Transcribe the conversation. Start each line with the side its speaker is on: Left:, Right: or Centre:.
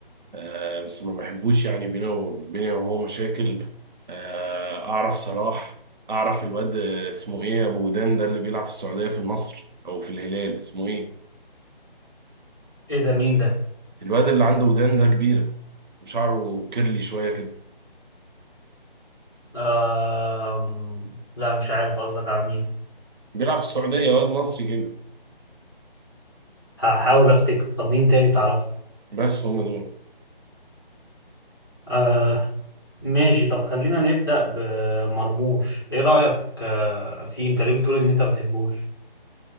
Right: آه، بس ما بحبوش يعني بينه وبيني وهو مشاكل آه، اعرف صلاح اعرف الواد آه، اسمه ايه ابو ودان ده اللي بيلعب في السعوديه في النصر او في الهلال اسمه ايه
Left: ايه ده مين ده
Right: الواد اللي عنده ودان ده كبيره وشعره كيرلي شويه كده
Left: آه لا مش عارف قصدك على مين
Right: بيلعب في السعوديه واد مصري كده
Left: هحاول افتكر طب مين تاني تعرفه
Right: بس هم دول
Left: آه ماشي طب خلينا نبدأ بمرموش ايه رأيك آه، في انت ليه بتقول ان انت ما بتحبوش